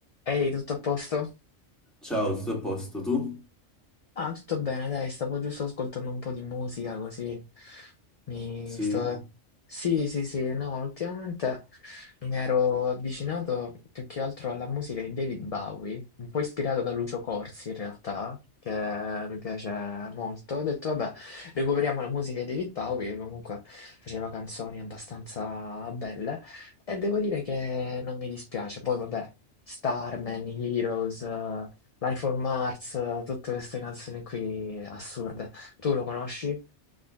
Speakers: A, on the left; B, in the centre.
A: Ehi, tutto a posto?
B: Ciao, tutto a posto, tu?
A: Ah, tutto bene, dai, stavo giusto ascoltando un po' di musica così. Mi
B: Sì?
A: sto... Sì, sì, sì, no, ultimamente mi ero avvicinato più che altro alla musica di David Bowie, un po' ispirato da Lucio Corsi in realtà, che mi piace molto. Ho detto, vabbè, recuperiamo la musica di David Bowie, che comunque faceva canzoni abbastanza belle, e devo dire che non mi dispiace. Poi, vabbè, Starman, Heroes. Life on Mars, tutte queste canzoni qui assurde. Tu lo conosci?